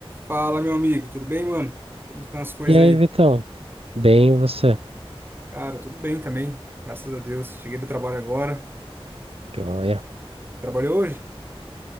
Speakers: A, on the right; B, on the right.
A: Fala, meu amigo, tudo bem, mano? Como estão as coisas
B: E aí,
A: aí?
B: Vitão? Bem, e você?
A: Cara, tudo bem também, graças a Deus. Cheguei do trabalho agora.
B: Joia.
A: Trabalhou hoje?